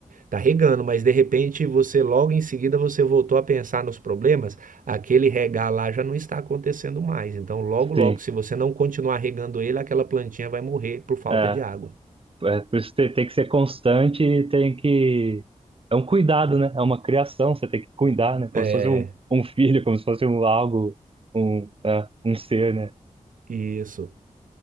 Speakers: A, on the right; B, on the right.
A: Tá regando, mas de repente você logo em seguida você voltou a pensar nos problemas, aquele regar lá já não está acontecendo mais. Então logo
B: Sim.
A: logo se você não continuar regando ele, aquela plantinha vai morrer por falta
B: é.
A: de água.
B: É, por isso tem, tem que ser constante e tem que. É um cuidado, né? É uma criação, você tem que cuidar, né? Como se
A: É,
B: fosse um, um filho, como se fosse um algo, um, é, um ser, né?
A: isso.